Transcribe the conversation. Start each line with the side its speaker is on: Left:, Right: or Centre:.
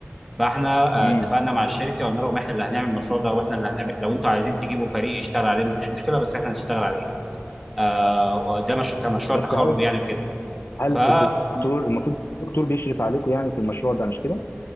Centre: فاحنا
Left: امم
Centre: آه، اتفقنا مع الشركه وقلنا لهم احنا اللي هنعمل المشروع ده واحنا اللي هنعمل لو انتوا عايزين تجيبوا فريق يشتغل عليه مفيش مشكله بس احنا هنشتغل عليه آه، ده مش كمشروع
Left: بس
Centre: تخرج
Left: هل
Centre: يعني كده
Left: هل
Centre: فأكيد
Left: الدكتور المفروض الدكتور بيشرف عليكم يعني في المشروع ده مش كده؟